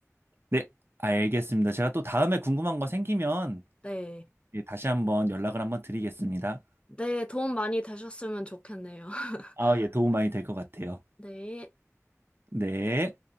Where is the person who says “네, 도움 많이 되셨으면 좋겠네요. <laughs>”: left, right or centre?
Left